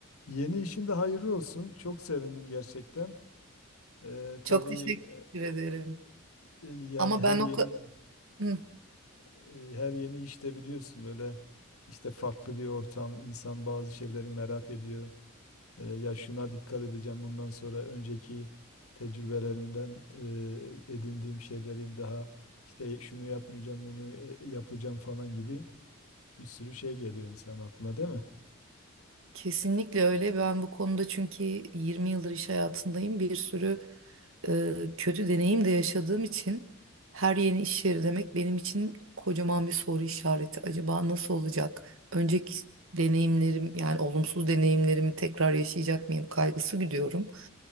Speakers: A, on the left (about 85°); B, on the right (about 70°).
A: Yeni işin de hayırlı olsun. Çok sevindim gerçekten. Ee, tabii
B: Çok teşekkür ederim.
A: e, e, yani
B: Ama
A: her
B: ben
A: yeni
B: o ka- Hı,
A: e, her yeni işte biliyorsun böyle işte farklı bir ortam. insan bazı şeyleri merak ediyor. Ee, ya şuna dikkat edeceğim bundan sonra önceki tecrübelerimden e, edindiğim şeyleri bir daha işte şunu yapmayacağım bunu e, yapacağım falan gibi bir sürü şey geliyor insan aklına değil mi?
B: kesinlikle öyle. Ben bu konuda çünkü 20 yıldır iş hayatındayım. Bir sürü e, kötü deneyim de yaşadığım için her yeni iş yeri demek benim için kocaman bir soru işareti. Acaba nasıl olacak? Önceki deneyimlerim yani olumsuz deneyimlerimi tekrar yaşayacak mıyım kaygısı gidiyorum.